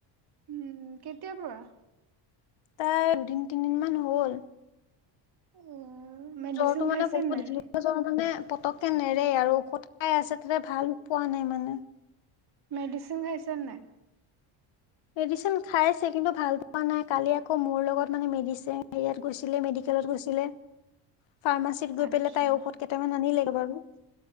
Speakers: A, on the right (about 50°); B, on the left (about 60°).
A: উম, কেতিয়াৰ পৰা?
B: তাই দুদিন-তিনদিন মান হ'ল।
A: অ মেডিচিন
B: জ্বৰটো মানে
A: খাইছে
B: বহুত-
A: নাই
B: মানে পতককে নেৰে আৰু ঔষধ খাই আছে তা'তে ভাল পোৱা নাই মানে।
A: মেডিচিন খাইছে নে নাই?
B: মেডিচিন খাইছে কিন্তু ভাল পোৱা নাই। কালি আকৌ মোৰ লগত মানে মেডিচিন ইয়াত গৈছিলে মেডিকেলত গৈছিলে। ফাৰ্মাচীত গৈ
A: আচ্ছা
B: পেলাই তাই ঔষধ কেইটামান আনিলেগে বাৰু।